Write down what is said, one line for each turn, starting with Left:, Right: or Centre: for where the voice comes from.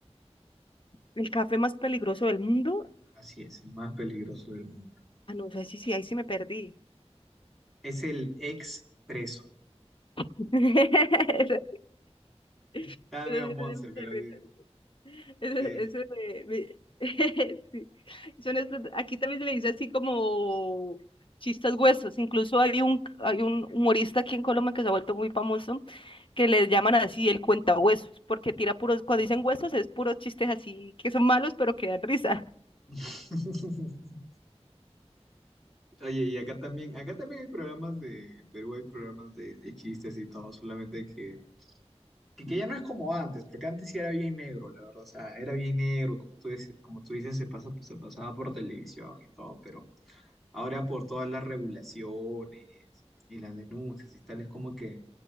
Left: El café más peligroso del mundo.
Centre: Así es, el más peligroso del mundo.
Left: Ah, no sé si sí, ahí sí me perdí.
Centre: Es el expreso preso.
Left: <laughs> Eso, eso
Centre: Estaba
Left: sí
Centre: medio monce,
Left: me dio mucha
Centre: pero
Left: risa.
Centre: sí.
Left: Eso,
Centre: sí,
Left: eso
Centre: sí.
Left: me- me- <laughs> sí. Son estos- aquí también se le dice así como chistes huesos. Incluso hay un, hay un humorista aquí en Colombia que se ha vuelto muy famoso, que le llaman así el cuentahuesos, porque tira puros, cuando dicen huesos es puros chistes así que son malos, pero que dan risa.
Centre: <laughs> Oye, y acá también, acá también hay programas de, en Perú hay programas de, de chistes y todo, solamente que, que, que ya no es como antes, porque antes sí era bien negro, la verdad, o sea, era bien negro, como tú, dices- como tú dices, se pasa, pues, se pasaba por televisión y todo, pero ahora por todas las regulaciones y las denuncias y tal, es como que